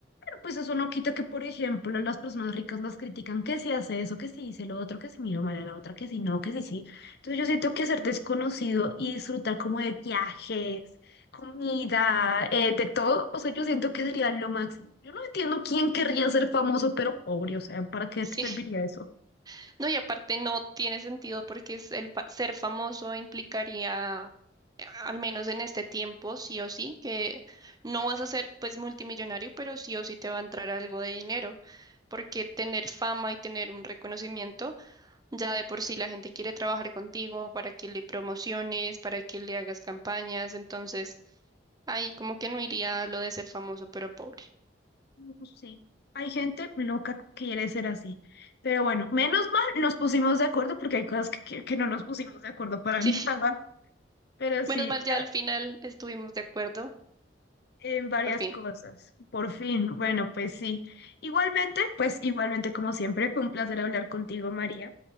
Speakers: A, on the left (about 60°); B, on the right (about 20°).
A: pero pues eso no quita que, por ejemplo, las personas ricas las critican que si hace eso, que si dice lo otro, que si mira mal a la otra, que si no, que si sí. Entonces yo siento que ser desconocido y disfrutar como de viajes, comida, eh, de todo, o sea, yo siento que sería lo máximo. Yo no entiendo quién querría ser famoso, pero pobre, o sea, ¿para qué te
B: <laughs>
A: serviría eso?
B: No, y aparte no tiene sentido porque es el fa- ser famoso implicaría, eh, al menos en este tiempo, sí o sí, que no vas a ser pues multimillonario, pero sí o sí te va a entrar algo de dinero, porque tener fama y tener un reconocimiento, ya de por sí la gente quiere trabajar contigo para que le promociones, para que le hagas campañas, entonces ahí como que no iría lo de ser famoso pero pobre.
A: No, pues sí, Hay gente loca que quiere ser así. Pero bueno, menos mal nos pusimos de acuerdo porque hay cosas que, que, que no nos pusimos de acuerdo para
B: <laughs>
A: <laughs> nada.
B: Sí,
A: Pero
B: menos
A: sí,
B: mal
A: ya,
B: ya al final estuvimos de acuerdo,
A: en varias
B: por fin.
A: cosas. Por fin, bueno, pues sí. Igualmente, pues igualmente como siempre, fue un placer hablar contigo, María.